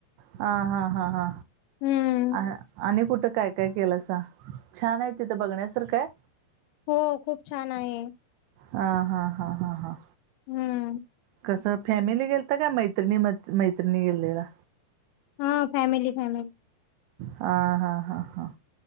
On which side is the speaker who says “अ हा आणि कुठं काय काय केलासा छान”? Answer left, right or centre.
Right